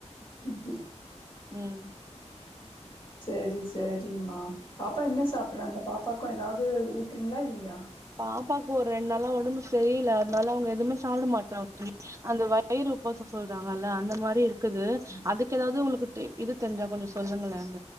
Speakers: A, on the left; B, on the right.
A: <unintelligible>
B: ம்
A: செரி சரிமா பாப்பா என்ன சாப்பிறாங்க பாப்பாக்கு ஏதாவது ஊட்றிங்களா இல்லையா
B: பாப்பாக்கு ஒரு ரெண்டு நாளா ஒடம்பு சரியில அதனால அவங்க எதுவுமே சாப்பிட மாட்றாங்க தோழி அந்த வயிறு உபசொ சொல்றாங்கல்ல அந்த மாரி இருக்குது
A: ஆமா.
B: அதுக்கு ஏதாவ்து உங்களுக்கு டை இது தெரிஞ்சா கொஞ்சோ சொல்லுங்களே